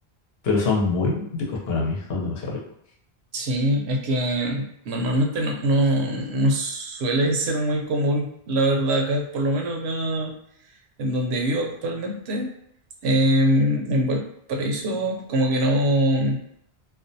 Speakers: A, on the left (about 70°); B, on the right (about 85°).
A: pero son muy ricos para mí, son demasiado ricos.
B: Sí, es que normalmente no, no, no suele ser muy común, la verdad, acá, por lo menos acá en donde vivo actualmente, em, en Valparaíso, como que no,